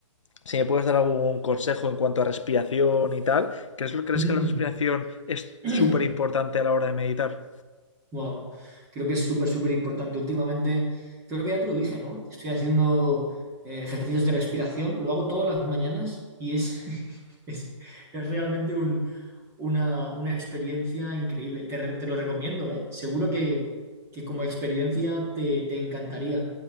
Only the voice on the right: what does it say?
Mm.
<clears throat>
Wow, creo que es súper, súper importante. Últimamente, creo que ya te lo dije, ¿no? Estoy haciendo eh, ejercicios de respiración, lo hago todas las mañanas y es, <laughs> es, es realmente un- una, una experiencia increíble. Te, re- te lo recomiendo, ¿eh? Seguro que, que como experiencia te, te encantaría.